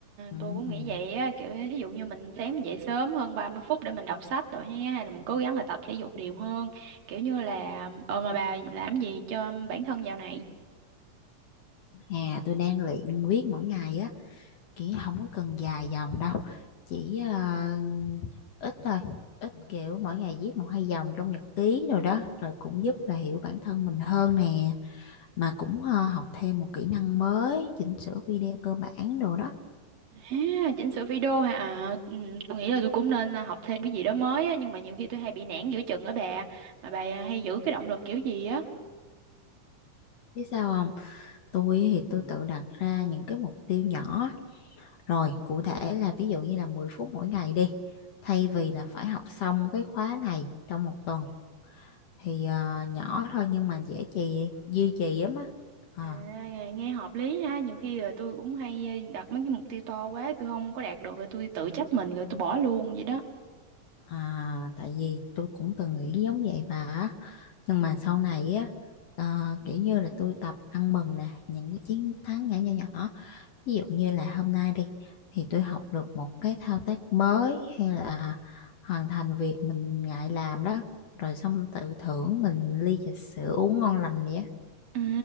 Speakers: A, on the left; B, on the right.
A: ừ.
B: tôi cũng nghĩ vậy á, kiểu ví dụ như mình sáng mình dậy sớm hơn 30 phút để mình đọc sách rồi ha, hay là mình cố gắng là tập thể dục đều hơn, kiểu như là ờ mà bà làm gì cho bản thân dạo này?
A: À, tôi đang luyện viết mỗi ngày á, kiểu không có cần dài dòng đâu, chỉ ờ, ít thôi, ít kiểu mỗi ngày viết một hai dòng trong nhật ký rồi đó, rồi cũng giúp là hiểu bản thân mình hơn nè. mà cũng ờ, học thêm một kỹ năng mới chỉnh sửa video cơ bản đồ đó
B: À, chỉnh sửa video hả? À, ừ, tôi nghĩ là tôi cũng nên à, học thêm cái gì đó mới á, nhưng mà nhiều khi tôi hay bị nản giữa chừng á bà, mà bà à, hay giữ cái động lực kiểu gì á?
A: biết sao không tôi thì tôi tự đặt ra những cái mục tiêu nhỏ rồi cụ thể là ví dụ như là 10 phút mỗi ngày đi thay vì là phải học xong cái khóa này trong một tuần thì ờ, nhỏ thôi nhưng mà dễ trì duy trì lắm á Ờ,
B: À, nghe, nghe hợp lý ha nhiều khi là tôi cũng hay ờ, đặt mấy cái mục tiêu to quá tôi không có đạt được rồi tôi tự trách mình rồi tôi bỏ luôn vậy đó
A: à, tại vì tôi cũng từng nghĩ giống vậy bà á. nhưng mà sau này á ờ, kiểu như là tôi tập ăn mừng nè những cái chiến thắng nhỏ nhỏ nhỏ ví dụ như là hôm nay đi thì tôi học được một cái thao tác mới hay là hoàn thành việc mình ngại làm đó rồi xong tự thưởng mình ly trà sữa uống ngon lành vậy á.
B: à,